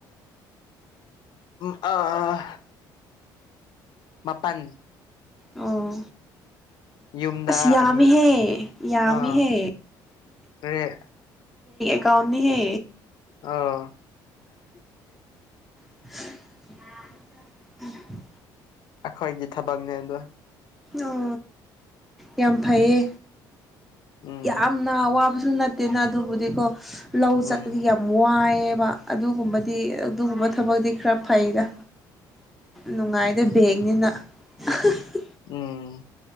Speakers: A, on the left (about 60°); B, in the centre.
A: ꯎꯝ ꯑꯥ ꯃꯄꯥꯜ
B: ꯑꯣ
A: ꯌꯨꯝꯗ
B: ꯑꯁ ꯌꯥꯝꯃꯤꯍꯦ
A: ꯑꯅꯤ
B: ꯌꯥꯃꯤꯍꯦ
A: ꯑꯥ ꯔꯦ
B: <unintelligible> ꯀꯥꯎꯅꯤ ꯍꯦ
A: ꯑ
B: <unintelligible> ꯎꯝ
A: ꯑꯈꯣꯏꯒꯤ ꯊꯕꯛꯅꯦꯗꯣ
B: ꯑꯣ ꯌꯥꯝ ꯐꯩꯌꯦ
A: ꯎꯝ
B: ꯌꯥꯝꯅ ꯑꯋꯥꯕ ꯁꯨ ꯅꯠꯇꯦꯅ ꯑꯗꯨꯕꯨꯗꯤꯀꯣ ꯂꯧ
A: ꯎꯝ
B: ꯆꯠꯄꯗꯤ ꯌꯥꯝ ꯋꯥꯏꯑꯦ ꯑꯗꯨꯒꯨꯝꯕꯗꯤ ꯑꯗꯨꯒꯨꯝꯕ ꯊꯕꯛꯇꯤ ꯈꯔ ꯐꯩꯗ ꯅꯨꯡꯉꯥꯏꯗ
A: ꯎꯝ
B: ꯕꯦꯡꯅꯤꯅ <unintelligible>
A: ꯎꯝ